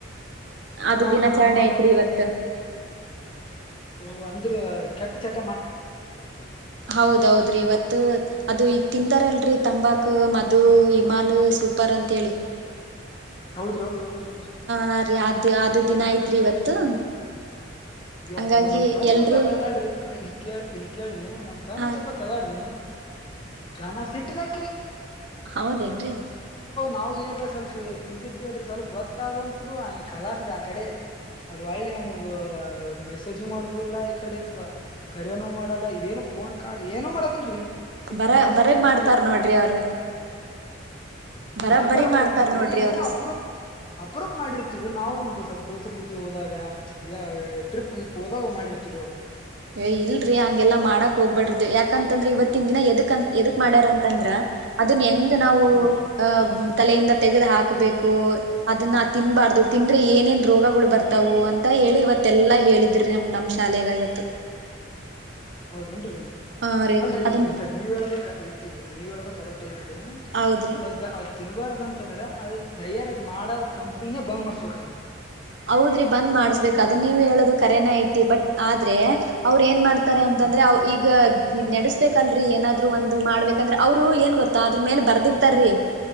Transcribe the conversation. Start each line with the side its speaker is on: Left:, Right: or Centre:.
Right: ಅದು
Left: ಹಾ
Right: ದಿನಾಚರಣೆ
Left: ಹಾ ಹಾ
Right: ಐತ್ರಿ ಇವತ್ತು
Left: ಓ ಅಂದ್ರ ಕೆಟ್ಟ ಚಟ್ಟ
Right: ಹೌದೌದ್ರಿ ಇವತ್ತು ಅದು ಈಗ ತಿಂತಾರಲ್ರರಿ ತಂಬಾಕು ಮಧು ಇಮಲು ಸೂಪರ್ ಅಂತೇಳಿ
Left: ಹೌದ್ರಿ ಹೌದ್ರಿ ಹೌದ್ರಿ ಹೌದ್ರಿ
Right: ಹ ರೀ ಆದ ಆದು ದಿನ ಐತ್ರಿ ಇವತ್ತು
Left: ಇ್ಯಪ್ಪೋ
Right: ಹಂಗಾಗಿ
Left: ನಮ್ ತಂಗ
Right: ಎಲ್ರೂ
Left: ಇಪ್ಪ ಅದಾಡ್ರಿ ಇಲ್ ಇಲ್ ಕೇಳ್ರಿ ನಮ್ ತಂಗಿ
Right: ಹಾ
Left: ಒಬ್ಬಕಿ ಅದಳ್ರಿ ಗನ ಸಿಟ್ಟಿನಕ್ರಿ
Right: ಹೌದೇನ್ರರಿ
Left: ನಾವು ಏನ್ರೀ ಸ್ವಲ್ಪ್ ತಿಂತರ್ತಿವಲ್ರೀ ಸ್ವಲ್ಪ ಗೊತ್ತಾದಂತ್ರು ಹಂಗ ಕಲಾಶ್ರಿ ಆ ಕಡೆ ಅದು ಒಳ್ಳೆ ನಮಗ ಮೆಸೇಜು ಮಾಡುದಿಲ್ಲ ಈ ಕಡೆ ಕರೇನು ಮಾಡಲ್ಲ ಏನು ಫೋನ್ ಕಾಲ್ ಏನು ಮಾಡದಲ್ರರಿ ಸಿಟ್ಟು
Right: ಬರ
Left: ಬಾಳ ಸಿಟ್ಟ್ರಿ
Right: ಬರಗ್
Left: ನಮ
Right: ಮಾಡ್ತಾರ್
Left: ತಂಗಿಗೆ
Right: ನೋಡ್ರಿ ಅವ್ರ ಬರಬ್ಬರಿ
Left: ಏನ್ ಬರಾಬರಿ
Right: ಮಾಡ್ತಾರ್
Left: ಮಾಡ್ತಾರೀ
Right: ನೋಡ್ರಿ ಅವ್ರ
Left: ಏನೋ ಅಪ್ರೂಪ್ ಅಪ್ರೂಪ್ ಮಾಡಿರ್ತಿವರು ನಾವು ಒಂದು ಸ್ವಲ್ಪ ದೋ ತಿ ಹೋದಾಗ ಯ ಟ್ರಿಪ್ ಹೋದಾಗ ಮಾಡಿರ್ತಿವಿ
Right: ಏ ಇಲ್ರರಿ ಹಂಗೆಲ್ಲಾ ಮಾಡಕ್ ಹೋಗ್ಬೇಡ್ರ್ದಿ ಯಾಕಂತಂದ್ರ ಇವತ್ತಿನ ದಿನ ಎದಕ್ ಅ ಎದಕ್ ಮಾಡ್ಯಾರಂತಂದ್ರ ಅದನ್ನ ಹೆಂಗ ನಾವು
Left: ಹೂನ್ರಿ
Right: ಅಹ ತಲೆಯಿಂದ ತೆಗೆದು ಹಾಕ್ಬೇಕು ಅದನ್ನ ತಿನ್ಬಾರ್ದು ತಿಂದ್ರೆ ಏನೇನು ರೋಗಗಳು ಬರ್ತವು ಅಂತ ಹೇಳಿ ಇವತ್ತಲ್ಲಾ ಹೇಳಿದ್ರಿ ನಮ ನಮ್ಮ ಶಾಲೆಗ ಇವತ್ತು
Left: ಹೌದನ್ರರಿ
Right: ಹಾ ರೀ
Left: ಅಲ್ರರಿ
Right: ಅದನ್
Left: ಈ ನೀವ್ ಹೇಳದ ಇಲ್ರಿ ನೀವ್ ಹೇಳದ ಕರೆಕ್ಟ್ ಐತ್ರಿ ಹಾ
Right: ಹೌದ್ರಿ
Left: ಸದ್ಯ ತಿನ್ಬಾರ್ದ ಅಂತಂದ್ರ ಅದ ತಯಾರಾಗ ಮಾಡದ ಕಂಪ್ನಿನೇ ಬಂದ್ ಮಾಡಸ್ಬೇಕ್ರಿ
Right: ಹೌದ್ರಿ ಬಂದ್ ಮಾಡ್ಸ್ಬೇಕಕ್ ಅದು ನೀವ ಹೇಳೋದು ಕರೆೇನ ಐತಿ ಬಟ್ ಆದ್ರೆ ಅವ್ರ ಏನ್ ಮಾಡ್ತ ತಾರೆ ಅಂತಂದ್ರೆ
Left: ಹೂನ್ರಿ
Right: ಅವ ಈಗ ಇದ ನಡ್ಸ್ಬೇಕ ಅಲ್ರರಿ ಏನಾದ್ರು ಒಂದು ಮಾಡ್ಬೇಕಂದ್ರೆ ಅವ್ರು ಏನ್ ಗೊತ್ತಾ ಅದ್ರ ಮೇಲೆ ಬರ್ದಿರ್ತಾರೀ